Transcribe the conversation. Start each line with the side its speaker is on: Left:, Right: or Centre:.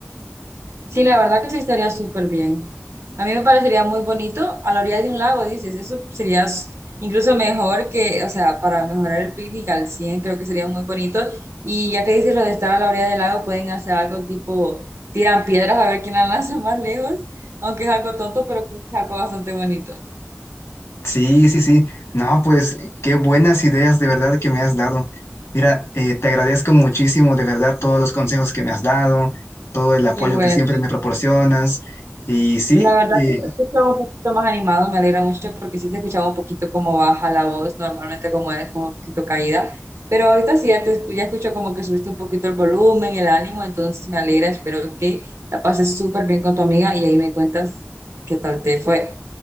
Right: Sí, la verdad que sí estaría súper bien. A mí me parecería muy bonito a la orilla de un lago, dices, eso sería s- incluso mejor que, o sea, para mejorar el picnic al 100, creo que sería muy bonito. Y ya que dices lo de estar a la orilla del lago, pueden hacer algo tipo, tiran piedras a ver quién la lanza <laughs> más lejos, aunque es algo tonto, pero creo que es algo bastante bonito.
Left: Sí, sí, sí. No, pues qué buenas ideas de verdad que me has dado. Mira, eh, te agradezco muchísimo de verdad todos los consejos que me has dado, todo el apoyo
Right: Qué bueno.
Left: que siempre me proporcionas. Y sí,
Right: La verdad
Left: eh,
Right: que te escucho un poquito más animado, me alegra mucho porque sí te escuchaba un poquito como baja la voz, normalmente como es como un poquito caída, pero ahorita sí ya, te, escu- ya escucho como que subiste un poquito el volumen, el ánimo, entonces me alegra, espero que la pases súper bien con tu amiga y ahí me cuentas qué tal te fue,